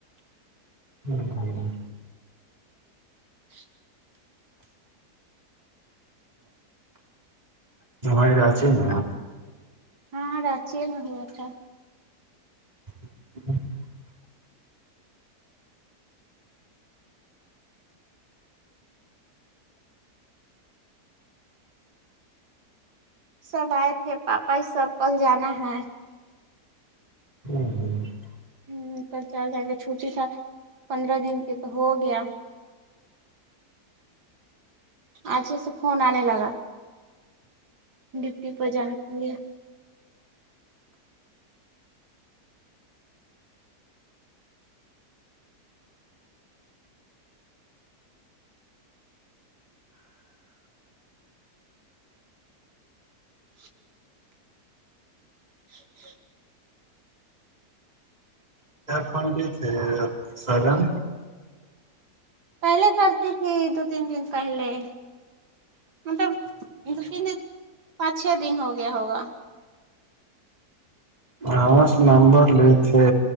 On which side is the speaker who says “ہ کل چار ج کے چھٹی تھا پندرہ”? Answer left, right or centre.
Right